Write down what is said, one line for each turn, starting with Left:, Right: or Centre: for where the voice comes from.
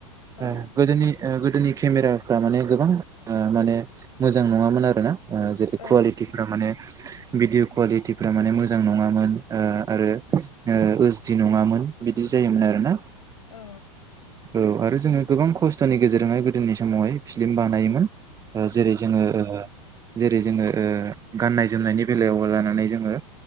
Left: औ।
Right: ओ गोदोनि ओ गोदोनि केमेराफ्रा माने गोबां ओ माने मोजां नङामोन आरोना। ओ जेरै
Left: औ
Right: कुवालिटिफ्रा माने भिडिअ कुवालिटिफ्रा माने मोजां नङामोन। ओ आरो ओसडि नङामोन बिदि जायोमोन आरोना।
Left: औ।
Right: औ आरो जोङो गोबां खस्थ'नि गेजेरजोंहाय गोदोनि समावहाय फिलिम बानायोमोन। ओ जेरै जोङो ओ जेरै जोङो ओ गाननाय जोमनायनि बेलायाव लानानै जोङो